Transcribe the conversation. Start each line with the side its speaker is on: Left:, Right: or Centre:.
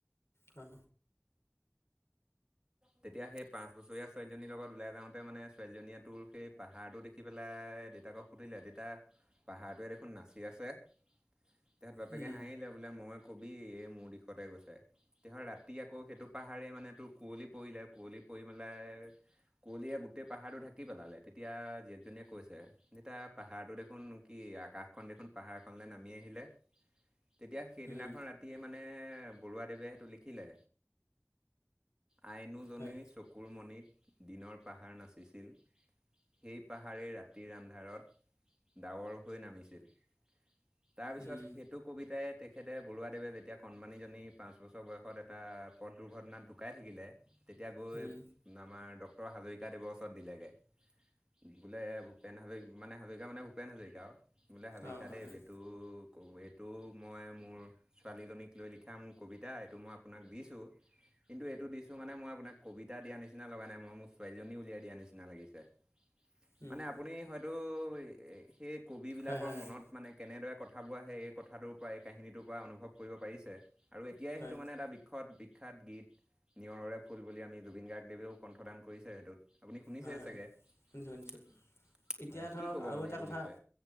Left: অঁ
Right: তেতিয়া সেই পাঁচ বছৰীয়া ছোৱালীজনীৰ লগত ওলাই যাওঁতে মানে ছোৱালীজনীয়ে টোৰ সেই পাহাৰটো দেখি- দেখি পেলাই দেউতাকক সুধিলে দেউতা পাহাৰটোৱে দেখোন নাচি আছে? তহঁত বাপেকে
Left: উম
Right: হাঁহিলে বোলে মই কবি এই মোৰ দিশতে গৈছে তেহ ৰাতি আকৌ সেইটো পাহাৰ মানে তোৰ কুঁৱলী পৰিলে কুঁৱলী পৰি মেলাই কুঁৱলীয়ে গোটেই পাহাৰটো ঢাকি পেলালে তেতিয়া জীয়েকজনীয়ে কৈছে? যেতিয়া পাহাৰটো দেখোন কি আকাশখন দেখোন পাহাৰখনলে নামি আহিলে। তেতিয়া সেইদিনাখন
Left: উম
Right: ৰাতিয়ে মানে বৰুৱাদেৱে সেইটো লিখিলে। আইনোজনীৰ
Left: হয়
Right: চকুৰমণিত দিনৰ পাহাৰ নাচিছিল। সেই পাহাৰেই ৰাতিৰ আন্ধাৰত ডাৱৰ হৈ নামিছিল। তাৰপিছত
Left: উম
Right: সেই টো কবিতাই তেখেতে বৰুৱাদেৱে যেতিয়া কণমানীজনী পাঁচ বছৰ বয়সত এটা পথ দুৰ্ঘটনাত ঢুকায়। থাকিলে তেতিয়া গৈ
Left: উম
Right: আমাৰ ডক্টৰ হাজৰিকাদেৱৰ ওচৰত দিলেগে। বোলে ভূপেন হাজৰি মানে হাজৰিকা মানে ভূপেন হাজৰিকা আও বোলে হাজৰিকা
Left: অঁ হয়
Right: দেৱ
Left: হয়
Right: এইটো। টো এইটো মই মোৰ ছোৱালীজনীক লৈ লিখা মোৰ কবিতা এইটো মই আপোনাক দিছোঁ। কিন্তু এ টো দিছো মানে মই আপোনাক কবিতা দিয়া নিচিনা লগা নাই মই মোৰ ছোৱালীজনী উলিয়াই দিয়া নিচিনা লাগিছে।
Left: উম
Right: মানে আপুনি হয়তো এ সেই কবি বিলাকৰ
Left: হয় হয়
Right: মনত।
Left: হয়
Right: মানে কেনেদৰে কথা বোৰ আহে এই কথাটোৰ পৰা, এই কাহিনীটোৰ পৰা অনুভৱ কৰিব পাৰিছে! আৰু এতিয়াই
Left: হয়
Right: সেইটো মানে এটা বিখ্যত বিখ্যাত গীত। নিয়ৰৰে ফুল বুলি আমি জুবিন গাৰ্গদেৱেও কণ্ঠদান কৰিছে সেইটোত। আপুনি শুনিছেই
Left: হয় হয়
Right: চাগে,
Left: শুনিছোঁ শুনিছোঁ
Right: হয়!
Left: এতিয়া ধৰক
Right: কি কব
Left: আৰু
Right: মানে
Left: এটা
Right: এইটো
Left: কথা
Right: বিষয়ে?